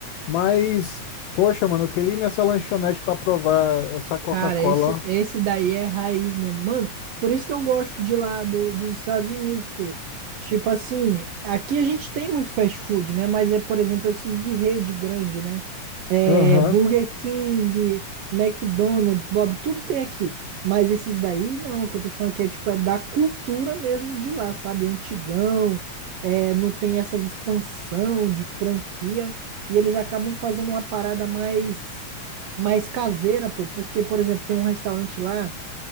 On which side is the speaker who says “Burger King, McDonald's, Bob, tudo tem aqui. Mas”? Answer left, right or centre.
Right